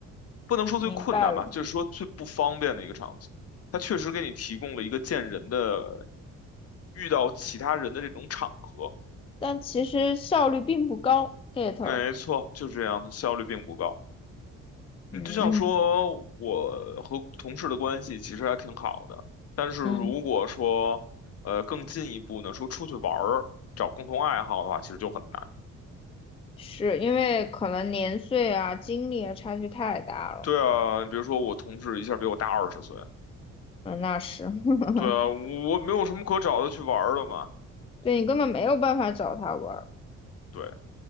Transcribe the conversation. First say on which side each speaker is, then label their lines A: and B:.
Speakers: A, on the left; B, on the left.
A: 不能说最困难吧，
B: 明白了。
A: 就是说最不方便的一个场景。它确实给你提供了一个见人的、遇到其他人的这种场合。
B: 但其实效率并不高，get
A: 没错，
B: 了。
A: 就是这样的，效率并不高。你就像说，
B: 嗯嗯
A: 我和同事的关系其实还挺好的，但是如果说，
B: 嗯，
A: 呃，更进一步呢，说出去玩儿，找共同爱好的话，其实就很难。
B: 是因为可能年岁啊、精力啊差距太大了。
A: 对啊，比如说我同事一下比我大二十岁，
B: 嗯，那是，<laughs>
A: 对啊，我没有什么可找的去玩儿的嘛。
B: 对你根本没有办法找他玩儿。
A: 对，